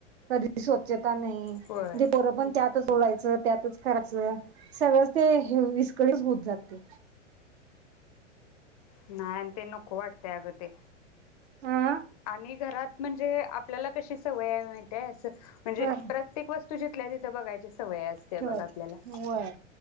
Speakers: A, on the right; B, on the left.
A: कधी सोचत दुकान नाही
B: होय
A: ते पोर पण त्यातच होऊ राहिले सर त्यातच करायचं. सगळंच ते हे विस्कळीत होत जातय.
B: नाही आण ते नको वाटतंय अगं ते
A: हा
B: आणि घरात म्हणजे आपल्याला कशी सवय हे माहितीये अस म्हणजे
A: अ
B: प्रत्येक वस्तूची तिथल्या तिथं बघायचे स सवय असतीया
A: ठेवायचं
B: बघ आपल्याला
A: होय